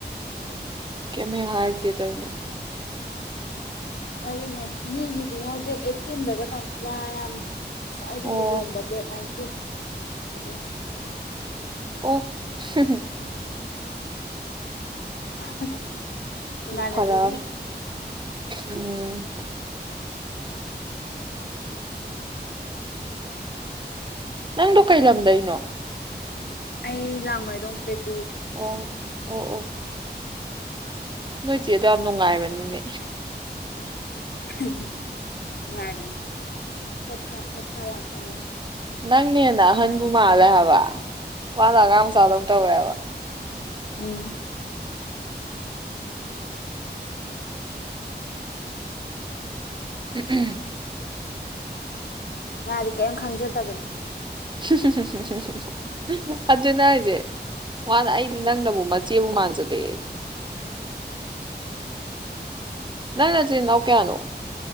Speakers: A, on the right; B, on the left.
A: ꯀꯩꯌꯤꯝ ꯍꯦꯛ ꯍꯥꯏꯔꯛꯇꯦ ꯇꯧꯔꯤꯁꯦ
B: ꯑꯗꯨꯅꯦ ꯃꯤꯒꯗꯤ ꯃꯣꯢ ꯗꯦꯠ ꯑꯩꯇꯤꯟꯗꯒ ꯇꯧꯅꯤ ꯍꯥꯏ ꯍꯥꯏꯕꯅꯤ ꯉꯥꯁꯥꯏꯗꯤ
A: ꯑꯣ
B: ꯂꯨꯍꯣꯡꯕ ꯗꯦꯠ ꯅꯥꯏꯟ <unintelligible>
A: ꯑꯣ ꯍꯨꯝ ꯍꯨꯝ
B: <inaudible> ꯏꯃꯥꯟꯅꯕꯤꯒꯤ
A: ꯐꯔꯝ ꯎꯝ ꯅꯪꯗꯣ ꯀꯩ ꯂꯝꯗꯩꯅꯣ
B: ꯑꯩ ꯂꯥꯡꯃꯩꯗꯣꯡꯗꯒꯤ
A: ꯑꯣ ꯑꯣ ꯑꯣ ꯅꯣꯏ ꯆꯦꯗꯣ ꯌꯥꯝ ꯅꯨꯡꯉꯥꯏꯕꯅꯤꯅꯦ
B: ꯍꯨ ꯍꯨꯝ ꯅꯨꯡꯉꯥꯏꯕꯅꯦ ꯐꯦꯠ ꯐꯥ ꯐꯦꯠ ꯐꯥ ꯌꯥꯝ ꯀꯟꯕꯅꯦ
A: ꯅꯪꯅꯦ ꯍꯦꯟꯅ ꯑꯍꯟꯕꯨ ꯃꯥꯜꯂꯦ ꯍꯥꯏꯕ ꯃꯥꯅ ꯑꯉꯥꯡ ꯃꯆꯥꯗꯧꯅ ꯇꯧꯋꯦ ꯍꯥꯏꯕ
B: ꯎꯝ <inaudible>
A: ꯎꯝ ꯎꯝ
B: ꯃꯥꯗꯤ ꯀꯩꯝ ꯈꯪꯖꯗꯕꯅꯤ
A: ꯍꯨꯝ ꯍꯨꯝ ꯍꯨꯝ ꯑꯗꯨꯅ ꯍꯥꯏꯁꯦ ꯃꯥꯅ ꯑꯩꯗꯤ ꯅꯪꯅꯕꯨ ꯃꯆꯦꯕꯨ ꯃꯥꯟꯖꯜ ꯄꯦ ꯅꯪ ꯅꯆꯤꯟ ꯅꯅꯥꯎ ꯀꯌꯥꯅꯣ